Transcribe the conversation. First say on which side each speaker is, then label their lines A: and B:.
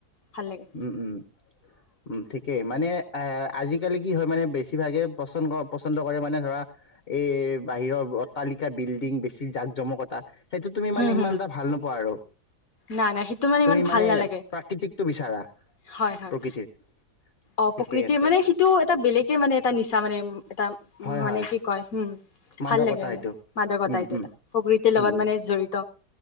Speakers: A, on the left (about 60°); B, on the left (about 45°).
A: ভাল লাগে।
B: উম, উম। উম ঠিকেই, মানে আজিকালি কি হয় মানে বেছিভাগে পচন্দ পচন্দ কৰে মানে ধৰা এই বাহিৰৰ ব অট্টালিকা, বিল্ডিং বেছি জাক-জমকতা সেইটো তুমি
A: হম
B: মানে
A: হম
B: সিমান এটা ভাল নোপোৱা আৰু
A: নাই নাই, সেইটো মানে
B: তুমি
A: ইমান ভাল নালাগে।
B: প্ৰাকৃতিকটো বিচাৰা
A: হয় হয়।
B: প্ৰকৃতিৰ
A: অ'
B: ঠিকেই
A: প্ৰকৃতিৰ
B: আছে
A: মানে সিটো এটা বেলেগে মানে এটা নিচা মানে উম এটা
B: হয়,
A: উম মানে
B: হয়
A: কি কয়, হম
B: মাদকতা
A: ভাল লাগে মানে
B: এইটো।
A: মাদকতা
B: উম,
A: এইটো
B: উম,
A: এটা। প্ৰকৃতিৰ লগত
B: উম, উম,
A: মানে জড়িত